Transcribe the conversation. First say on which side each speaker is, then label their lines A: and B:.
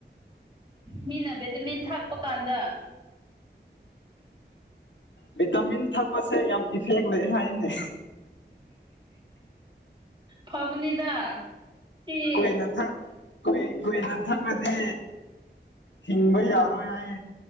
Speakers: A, on the right; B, on the left.
A: ꯃꯤꯅ ꯕꯦꯗꯃꯤꯟ ꯊꯛꯄ ꯀꯥꯟꯗ
B: ꯚꯤꯇꯃꯤꯟ ꯊꯛꯄꯁꯦ ꯌꯥꯝ ꯏꯐꯦꯛ ꯂꯩ ꯍꯥꯏꯅꯦ
A: ꯐꯕꯅꯤꯗ ꯁꯤ
B: ꯀꯣꯏꯅ ꯊꯥ ꯀꯣꯏ ꯀꯨꯏꯅ ꯊꯛꯂꯗꯤ ꯍꯤꯡꯕ ꯌꯥꯔꯣꯏ ꯍꯥꯏ